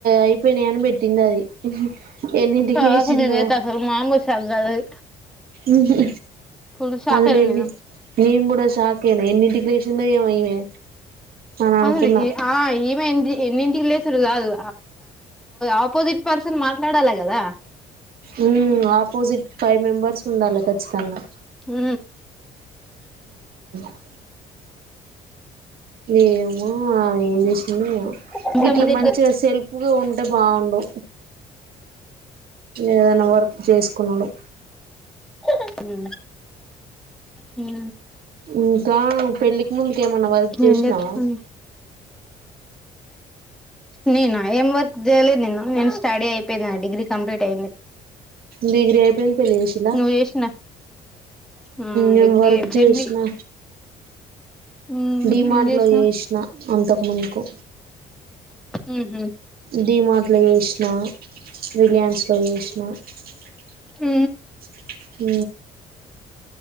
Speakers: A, on the right; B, in the centre.
A: అయిపోయినాయి అని పెట్టింది అది ఎన్నింటికి
B: షాక్
A: లేచిందో
B: నేనైతే అసలు మామూలు షాక్ కాదు అది
A: ఉహు
B: ఫుల్ షాక్
A: అదిలి
B: అయిన
A: ఎన్ని
B: నేను
A: నేను కూడా షాక్ అయిన ఎన్ని ఎట్లా చేసిందో ఏమో ఈమె అని అనుకున్నా
B: అదీ ఆ ఏమైంది ఎన్నింటికి లేసురు రాదు ఆపోజిట్ పర్సన్ మాట్లాడాలా కదా
A: ఉ ఆపోజిట్ ఫైవ్ మెంబర్స్ ఉండాలి ఖచ్చితంగా
B: ఉ
A: వో ఏమో ఆమె ఏం చేసిందో ఏమో
B: ఇంతమంది
A: ఇట్ల మంచిగా సెల్ఫగా ఉంటే బాగుండు ఏదైనా వర్క్ చేసుకున్నుడు
B: ఉ హు
A: ఇంకా నువ్వు పెళ్లికి ముందు ఏమన్నా వర్క్ చేసినావా
B: ఏం చెప్తాను నేనా ఏం వర్క్ చేయలేదు నేను స్టడీ అయిపోయింది నా డిగ్రీ కంప్లీట్ అయింది
A: డిగ్రీ అయి పెళ్ పెళ్లి చేసిందా
B: నువ్వు చేసిన ఆ
A: నేను
B: డిగ్రీ
A: వర్క్
B: అయిపోయింది
A: చేసినా
B: మ్మ్
A: డిమార్ట్
B: ఏం చేసినావ్
A: లో చేసిన అంతకు మునుకు
B: ఉ హూ
A: డిమార్ట్లో చేసిన రిలయన్స్లో చేసిన <unintelligible>
B: ఊ
A: <unintelligible>